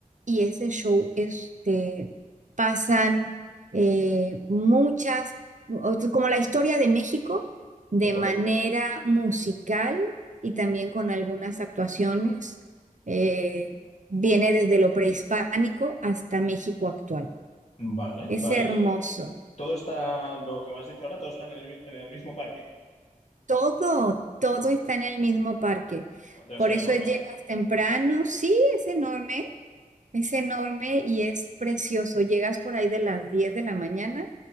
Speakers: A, on the right (about 60°); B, on the left (about 50°).
A: y ese show, este, pasan eh, muchas, o- como la historia de México, de
B: De acuerdo.
A: manera musical y también con algunas actuaciones, eh, viene desde lo prehispánico hasta México actual.
B: Vale,
A: Es
B: vale.
A: hermoso.
B: Y to- todo está, lo que me has dicho ahora, todo está en el, mi- en el mismo parque.
A: Todo, todo está en el mismo parque.
B: Debe
A: Por
B: ser
A: eso
B: enorme,
A: llegas
B: ¿no?
A: temprano. Sí, es enorme, es enorme
B: Vale, vale.
A: y es precioso. Llegas por ahí de las 10 de la mañana